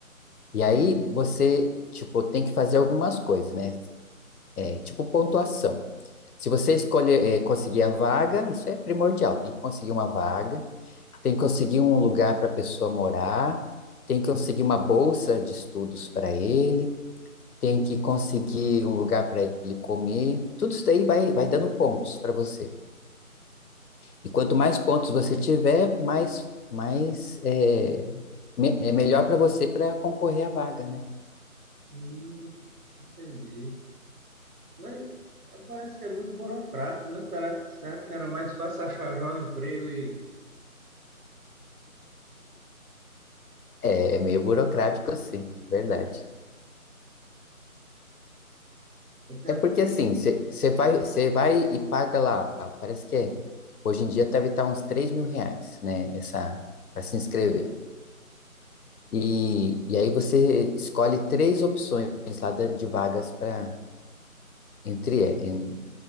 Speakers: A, on the left (about 80°); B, on the right (about 80°).
A: E aí você, tipo, tem que fazer algumas coisas, né? É, tipo pontuação. Se você escolher, é, conseguir a vaga, isso é primordial, tem que conseguir uma vaga. Tem que conseguir um lugar para a pessoa morar, tem que conseguir uma bolsa de estudos para ele, tem que conseguir um lugar para ele comer. Tudo isso daí vai, vai dando pontos para você. E quanto mais pontos você tiver, mais, mais é, me- é melhor para você para concorrer à vaga, né?
B: Hum, entendi. Mas é, parece que é muito burocrático, né? Será, será que não era mais fácil achar já um emprego e.
A: É, é meio burocrático, sim, verdade.
B: Eu tenho-
A: É porque assim, você vai, você vai e paga lá, parece que é, hoje em dia deve estar uns três mil reais, né? Essa, para se inscrever. E, e aí você escolhe três opções lá da- de vagas para entre em-